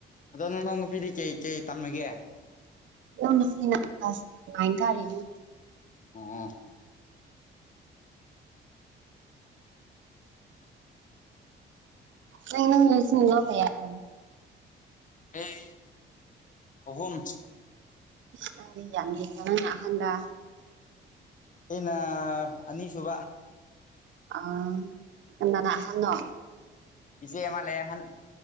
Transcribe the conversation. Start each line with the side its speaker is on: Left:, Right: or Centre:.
Left: ꯑꯗꯣ ꯅꯥꯅꯥꯎ ꯅꯨꯄꯤꯗꯤ ꯀꯩ ꯀꯩ ꯇꯝꯃꯒꯦ
Right: ꯏꯅꯥꯎ ꯅꯨꯄꯥꯅꯤꯅ ꯀ꯭ꯂꯥꯁ ꯅꯥꯏꯟ ꯀꯥꯔꯤꯅꯦ
Left: ꯑꯣ
Right: ꯅꯣꯏ ꯅꯆꯤꯟ ꯅꯅꯥꯎ ꯀꯌꯥꯅꯣ
Left: ꯑꯦ ꯑꯍꯨꯝ
Right: ꯍꯥꯏꯗꯤ ꯌꯥꯝ ꯅꯪꯅ ꯑꯍꯟꯔ
Left: ꯑꯩꯅ ꯑꯅꯤꯁꯨꯕ
Right: ꯑꯥ ꯀꯥꯟꯅꯅ ꯑꯍꯟꯅꯣ
Left: ꯏꯆꯦ ꯑꯃꯥ ꯂꯩ ꯑꯍꯥꯟ